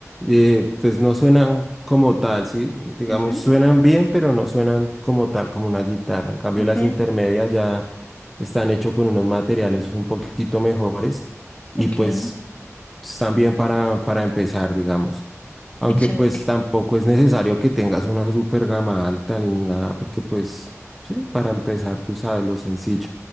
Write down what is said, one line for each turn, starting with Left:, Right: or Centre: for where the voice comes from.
Centre: eh, pues no suenan como tal, ¿sí? Digamos,
Left: ujú,
Centre: suenan bien, pero no suenan como tal, como una guitarra. En cambio,
Left: ok,
Centre: las intermedias ya están hechas con unos materiales un poquito mejores y
Left: ok,
Centre: pues pues, también para, para empezar, digamos. Aunque
Left: excelente.
Centre: pues tampoco es necesario que tengas una super gama alta ni nada, porque pues sí, para empezar tú sabes lo sencillo.